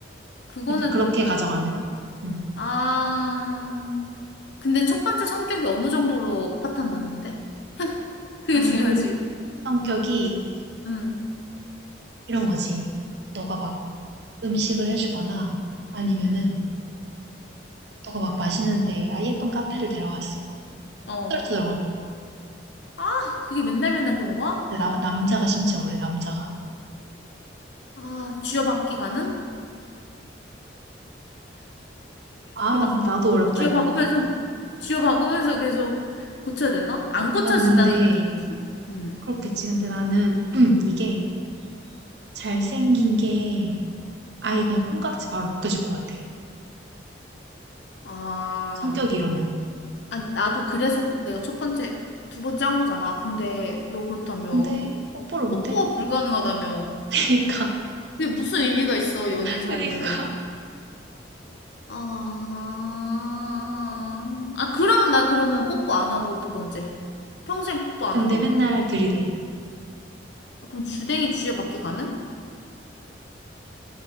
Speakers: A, on the left; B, on the right.
A: 그거는
B: 그러니까 그렇게
A: 똑,
B: 가져가면. 음.
A: 아. 근데 첫 번째 성격이 어느 정도로 파탄 났는데? 그게
B: 아,
A: 중요하지.
B: 일- 성격이
A: 응,
B: 이런 거지. 너가 막 음식을 해주거나 아니면은
A: 응,
B: 너가 막 맛있는데 아 예쁜 카페를 데려갔어
A: 어.
B: 투덜투덜거려
A: 아, 그게 맨날 맨날 그런 거야?
B: 근데 나- 남자가 심지어 그래 남자가
A: 아, 쥐어박기 가능?
B: 아
A: 이게 막
B: 나도 어렵다
A: 쥐어박으면서,
B: 이거
A: 쥐어박으면서 계속 고쳐야 되나? 안 고쳐진다는
B: 나는 근데
A: 가정이지. 응.
B: 그렇겠지 근데 나는 <clears throat> 이게 잘생긴 게 아예 그냥 콩깍지 바로 벗겨질 것 같아
A: 아,
B: 성격이 이러면
A: 아, 나도 그래서 그- 내가 첫 번째, 두 번째 한 거잖아. 근데 너 그렇다며,
B: 근데 뽀뽀를 못해
A: 뽀뽀가 불가능하다며.
B: <laughs> 그니까
A: 그게 무슨 의미가 있어, 연인 사이에.
B: 그니까
A: 아, 아, 그럼 나 그러면 뽀뽀 안 하고 두 번째. 평생 뽀뽀 안
B: 근데
A: 하기.
B: 맨날 들이대
A: 아, 그럼 주댕이 쥐어받기 가능?